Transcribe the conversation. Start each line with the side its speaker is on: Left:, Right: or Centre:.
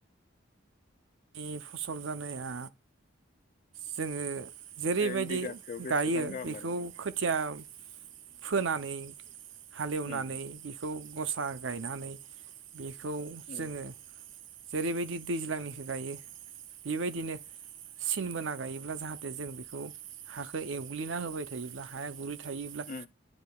Right: नि फसल जानाया जोङो जेरैबायदि
Left: ओरैनो बिगासेयाव बेसेबां
Right: गायो
Left: गाहाम
Right: बेखौ
Left: मोनो
Right: खोथिया फोनानै हालेवनानै
Left: उम
Right: बेखौ गसा गायनानै बेखौ
Left: उम
Right: जोङो जेरैबायदि दैज्लांनि गायो बेबायदिनो सिन बोना गायोब्ला जाहाथे जों बेखौ हाखौ एवग्लिना होबाय थायोब्ला हाया गुरै थायोब्ला
Left: उम